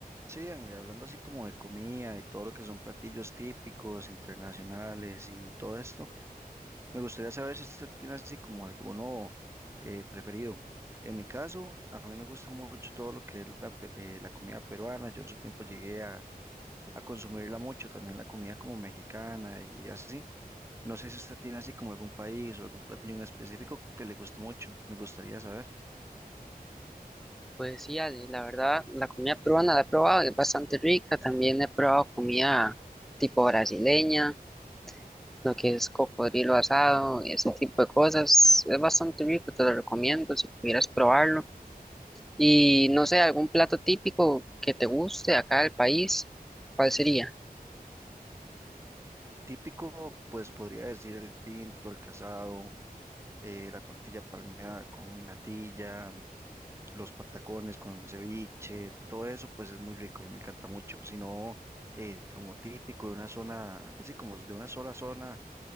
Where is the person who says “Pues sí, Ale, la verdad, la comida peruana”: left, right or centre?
Centre